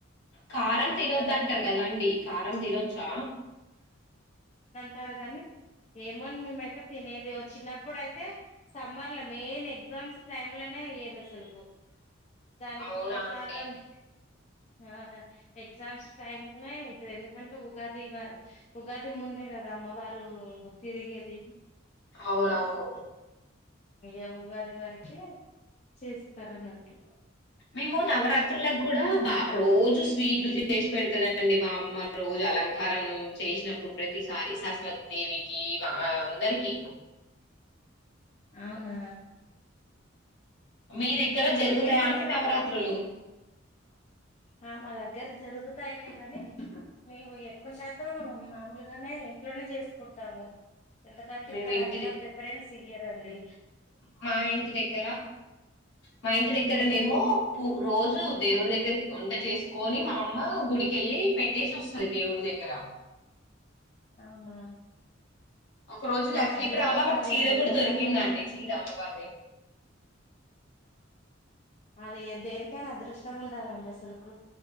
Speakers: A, on the left; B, on the left.
A: కారం
B: అప్రత
A: తినొద్ అంటారు కదా అండి కారం తినొచ్చా
B: టారు గాని ఏమోని మేమైతే తినేది చిన్నప్పుడు అయితే సమ్మర్ లో మెయిన్ ఎగ్జామ్స్ టైమ్ లోనే అయ్యేదు అసలకు దానికి
A: అవునా
B: ప్రసాదాన్ని
A: అండి
B: ఆ ఎగ్జామ్స్ టైమ్నే ఇటు ఎందుకంటే ఉగాది ఉగాది ముందే కదా అమ్మ వారు తిరిగేది
A: అవునవును
B: ఉ ఉగాది వారికే చేస్తారు అన్నట్టు
A: మేము నవరాత్రులకు కూడా బా రోజు స్వీట్లు చేసి పెడుతుందిండి, మా అమ్మ రోజు అలంకారం చేసినప్పుడు ప్రతిసారి సరస్వతి దేవికి అందరికి
B: అవునా
A: మీ దగ్గర జరుగుతాయా
B: ఏమేం ప్రసాదాలు
A: అంటే నవరాత్రులు
B: పెడతారు ఆ మా దగ్గర జరుగుతాయిలే గాని మేము ఎక్కువ శాతం మామూలుగానే ఇంట్లోనే చేసుకుంటాము ఎందుకంటే
A: మేము
B: ఇక్కడ
A: ఇంటిది
B: అంతా ప్రిఫరెన్స్ తీయరాండి
A: మా ఇంటి దగ్గర మా ఇంటి దగ్గరనేమో
B: హ్మ్
A: పూ రోజు దేవుడి దగ్గరకి వంట చేసుకొని, మా అమ్మ గుడికిళ్ళి పెట్టేసి వస్తంది దేవుడి దగ్గర
B: అవునా
A: ఒక రోజు
B: కానీ
A: లక్కి
B: అదృష్టం
A: ట్రాల
B: ఉండాలండి
A: మాకు చీర కూడా
B: ప్రసాదాలు
A: దొరికిందండి
B: చేయడం
A: చీర అమ్మవారిది
B: అదే దేనికైనా అదృష్టం ఉండాలండి అసలులకు